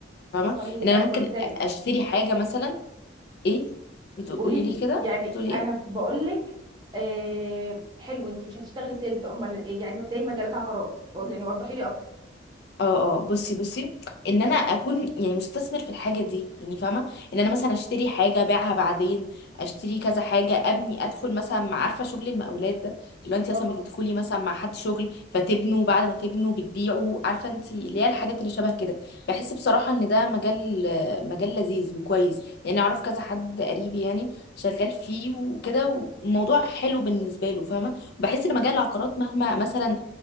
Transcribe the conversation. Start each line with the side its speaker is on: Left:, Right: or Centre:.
Left: فاهمه
Right: امال
Left: ان انا
Right: امال
Left: ممكن
Right: ازاي
Left: اشتري حاجه مثلا ايه بتقولي
Right: قولي لي
Left: لي كده
Right: يعني
Left: تقولي
Right: انا
Left: ايه
Right: بقول لك آه حلو انت مش هتشتغلي سيلز امال إيه؟ يعني ازاي مجالات عقارات يعني وضحي لي اكتر
Left: اه اه بصي بصي ان انا اكون يعني مستثمر في الحاجه دي يعني فاهمه ان انا مثلا اشتري حاجه ابيعها بعدين اشتري كذا حاجه ابني ادخل مثلا مع- عارفه شغل المقاولات ده اللي هو انت مثلا
Right: اه
Left: بتدخلي مثلا مع حد شغل فتبنوا بعد ما تبنوا بتبيعوا عارفه انت اللي هي الحاجات اللي شبه كده بحس بصراحه ان ده مجال مجال لذيذ وكويس يعني اعرف كذا حد قريبي يعني شغال فيه وكده والموضوع حلو بالنسبه له فاهمه بحس ان مجال العقارات مهما مثلا